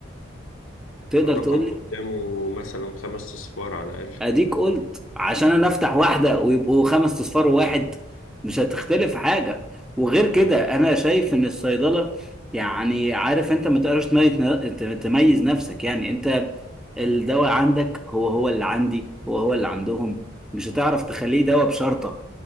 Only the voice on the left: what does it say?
رقم
قدامه
مثلا خمس اصفار على الاقل
امم